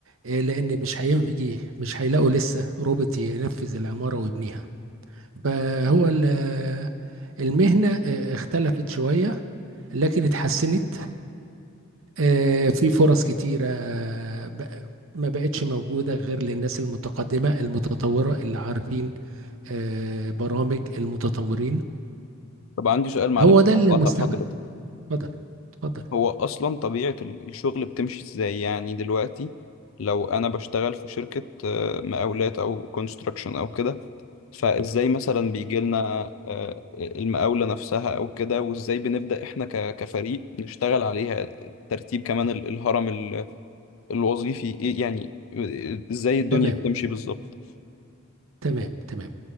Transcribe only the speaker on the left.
طب عندي سؤال معلش
بقطع
حضرتك
هو اصلا طبيعة ال- الشغل بتمشي ازاي يعني دلوقتي لو انا بشتغل في شركة آه، مقاولات او كونستراكشن او كده فازاي مثلا بيجي لنا آه، المقاولة نفسها او كده وازاي بنبدأ احنا ك- كفريق نشتغل عليها ترتيب كمان ال- الهرم ال- الوظيفي ايه يعني آه، ازاي الدنيا
بتمشي بالظبط